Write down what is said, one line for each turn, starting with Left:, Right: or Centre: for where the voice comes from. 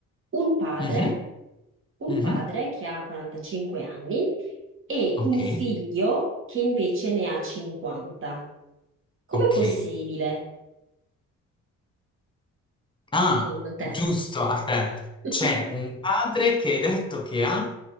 Right: un padre,
Left: Mhm,
Right: un
Left: mhm,
Right: padre che ha 45 anni e
Left: ok,
Right: un figlio che invece ne ha 50. Com'è
Left: ok.
Right: possibile,
Left: Ah,
Right: secondo te?
Left: giusto, aspetta,
Right: <laughs>
Left: c'è un padre che hai detto che ha?